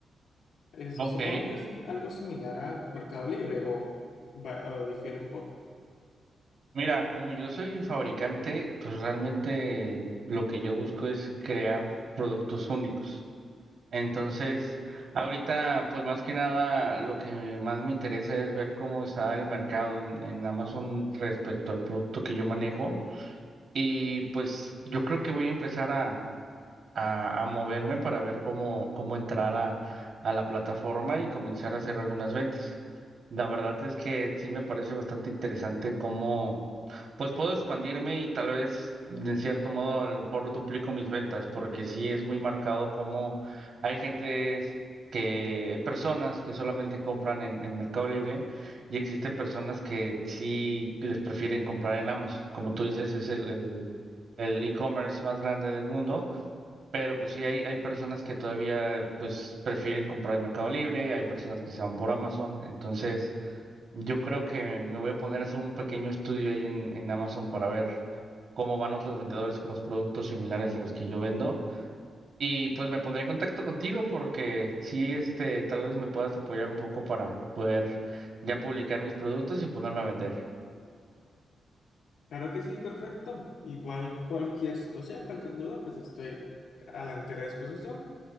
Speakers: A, on the left; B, on the right.
A: Es-
B: Ok,
A: supongo que es algo similar a Mercado Libre o, va- o difiere un poco.
B: mira, como yo soy fabricante, pues realmente lo que yo busco es crear productos únicos. Entonces, ahorita, pues más que nada, lo que más me interesa es ver cómo está el mercado en, en Amazon respecto al producto que yo manejo. Y pues yo creo que voy a empezar a, a moverme para ver cómo, cómo entrar a, a la plataforma y comenzar a hacer algunas ventas. La verdad es que sí me parece bastante interesante cómo, pues puedo expandirme y tal vez, de cierto modo, a lo mejor duplico mis ventas, porque sí es muy marcado cómo hay gentes que, personas que solamente compran en, en Mercado Libre y existen personas que sí les prefieren comprar en Amazon. Como tú dices, es el, el el e-commerce más grande del mundo pero pues sí, hay, hay personas que todavía pues prefieren comprar en Mercado Libre, hay personas que se van por Amazon. Entonces, yo creo que me voy a poner a hacer un pequeño estudio ahí en, en Amazon para ver cómo van otros vendedores con los productos similares a los que yo vendo. Y pues me pondré en contacto contigo porque sí, este, tal vez me puedas apoyar un poco para poder ya publicar mis productos y ponerme a vender.
A: Claro que sí, perfecto. Igual cualquier situación, cualquier duda, pues estoy a la entera disposición.